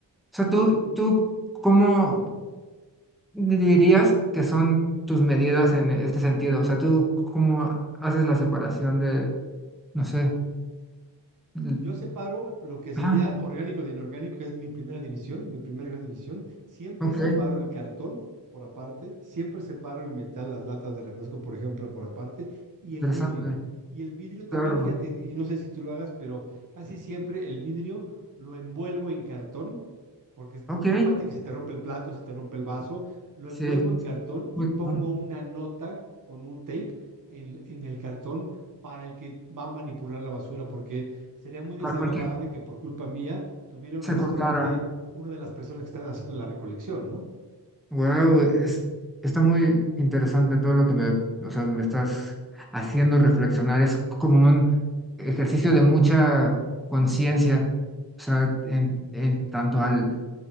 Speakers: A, in the centre; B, on the right.
A: O sea, tú, tú, ¿cómo dirías que son tus medidas en este sentido? O sea, tú, ¿cómo haces la separación de, no sé, l-
B: Yo separo lo que sería
A: <clears throat> ah,
B: orgánico de inorgánico, que es mi primera división, mi primera gran división. Siempre
A: ok,
B: separo el cartón por aparte, siempre separo el metal, las latas de refresco, por ejemplo, por aparte, y el
A: interesante,
B: vidrio. Y el vidrio también,
A: claro,
B: fíjate, y no sé si tú lo hagas, pero casi siempre el vidrio lo envuelvo en cartón porque
A: ok,
B: no falta que se te rompe el plato, se te rompe el vaso, lo
A: sí,
B: envuelvo en
A: es
B: cartón
A: muy
B: y pongo
A: bueno,
B: una nota con un tape en, en el cartón para el que va a manipular la basura, porque sería muy desagradable
A: para cualquier
B: que por culpa mía tuviera un
A: se
B: accidente
A: cortara.
B: una de las personas que están haciendo la recolección, ¿no?
A: Wow, es, está muy interesante todo lo que me, o sea, me estás haciendo reflexionar. Es como un ejercicio de mucha conciencia, o sea, en, en tanto al